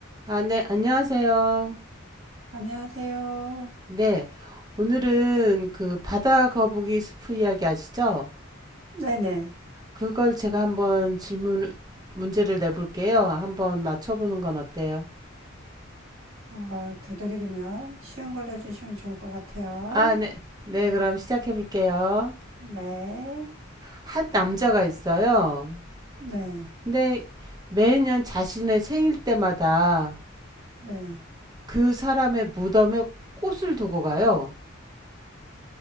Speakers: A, on the right; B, on the right.
A: 아, 네, 안녕하세요.
B: 안녕하세요.
A: 네, 오늘은 그 바다 거북이 스프 이야기 아시죠?
B: 네네.
A: 그걸 제가 한번 질문, 문제를 내볼게요. 한번 맞춰보는 건 어때요?
B: 어, 되도록이면 쉬운 걸 해주시면 좋을 것 같아요.
A: 아, 네, 네, 그럼 시작해볼게요.
B: 네.
A: 한 남자가 있어요.
B: 네.
A: 근데 매년 자신의 생일 때마다
B: 네.
A: 그 사람의 무덤에 꽃을 두고 가요.